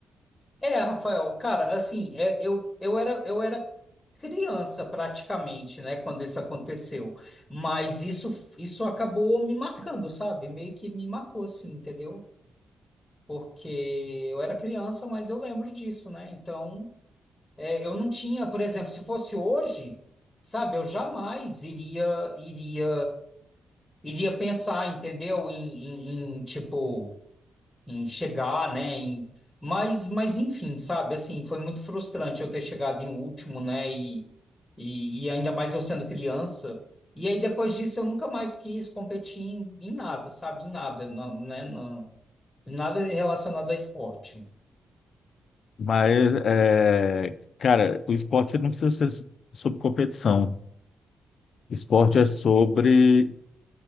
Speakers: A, on the left; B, on the left.
A: é, Rafael, cara, assim, é, eu, eu era, eu era criança praticamente, né, quando isso aconteceu, mas isso, isso acabou me marcando, sabe, meio que me marcou, assim, entendeu? Porque eu era criança, mas eu lembro disso, né, então... É, eu não tinha, por exemplo, se fosse hoje, sabe, eu jamais iria iria iria pensar, entendeu? Em, em- em, tipo em chegar, né? Em, mas mas enfim, sabe? Assim, foi muito frustrante eu ter chegado em último, né? E, e, e ainda mais eu sendo criança. E aí depois disso eu nunca mais quis competir em, em nada, sabe? Em nada, não, né? Não, em nada relacionado a esporte.
B: Mas, é, cara, o esporte não precisa ser sobre competição. Esporte é sobre